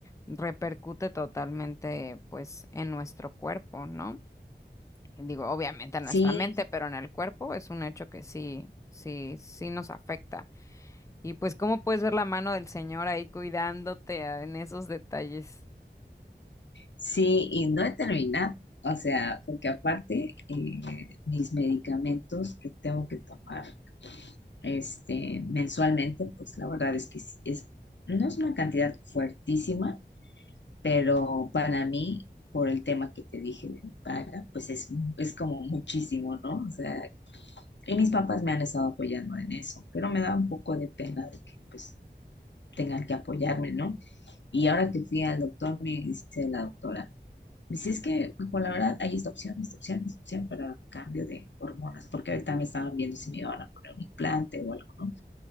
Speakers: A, on the left; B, on the left.
A: repercute totalmente, pues, en nuestro cuerpo, ¿no? digo, obviamente en
B: sí,
A: nuestra mente, pero en el cuerpo es un hecho que sí, sí, sí nos afecta. Y pues, ¿cómo puedes ver la mano del Señor ahí cuidándote ah, en esos detalles?
B: sí, y no he terminado. O sea, porque aparte, eh, mis medicamentos que tengo que tomar este, mensualmente, pues la verdad es que es, es- no es una cantidad fuertísima, pero para mí, por el tema que te dije de mi paga, pues es, es como muchísimo, ¿no? O sea, y mis papás me han estado apoyando en eso, pero me da un poco de pena de que pues tengan que apoyarme, ¿no? Y ahora que fui al doctor, me dice la doctora, me dice, es que, pues la verdad, hay esta opción, esta opción, esta opción para cambio de hormonas, porque ahorita me estaban viendo si me iban a poner un implante o algo, ¿no?